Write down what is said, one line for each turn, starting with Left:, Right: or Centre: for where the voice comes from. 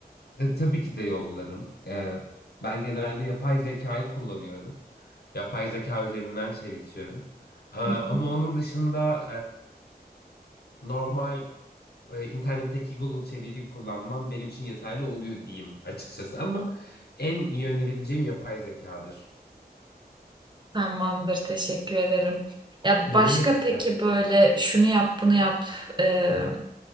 Left: E, tabii ki de yollarım. E, ben genelde yapay zekayı kullanıyorum. Yapay zeka üzerinden çevirtiyorum. E, ama
Right: Hı hı.
Left: onun dışında e, normal e, internetteki Google çeviriyi kullanmam benim için yeterli oluyor diyeyim açıkçası. Ama en iyi önerebileceğim yapay zekadır.
Right: <laughs> Tamamdır, teşekkür ederim. Ya
Left: Ne
Right: başka
Left: demek rica
Right: peki
Left: ederim.
Right: böyle şunu yap, bunu yap. E,